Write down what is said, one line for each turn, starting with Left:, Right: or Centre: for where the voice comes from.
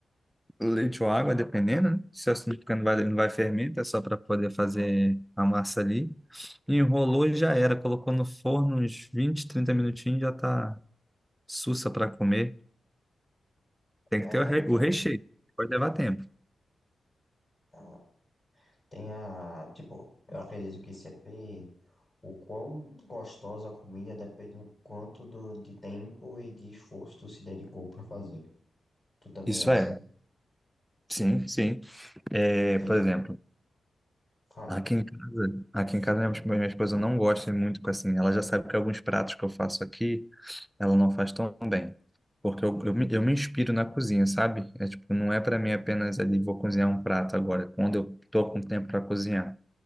Centre: Leite ou água, dependendo, né? Se a açúcar porque não vai, não vai fermento, é só para poder fazer a massa ali. Enrolou e já era. Colocou no forno uns 20, 30 minutinhos, já tá sussa para comer. Tem
Left: é
Centre: que ter
Left: verdade,
Centre: o, re-
Left: cara.
Centre: o recheio, pode levar tempo.
Left: É Tem a, tipo, eu acredito que CP, o quão gostosa a comida depende do quanto do, de tempo e de esforço tu se dedicou pra fazer. Tu também
Centre: Isso
Left: é assim?
Centre: é. Sim, sim. É,
Left: Que
Centre: por
Left: tipo,
Centre: exemplo,
Left: fala.
Centre: Aqui em casa, aqui em casa minha esp- minha esposa não gosta muito com assim. Ela já sabe que alguns pratos que eu faço aqui, ela não faz tão bem. Porque eu, eu, me, eu me inspiro na cozinha, sabe? É tipo, não é para mim apenas ali, vou cozinhar um prato agora, É quando eu tô com tempo para cozinhar.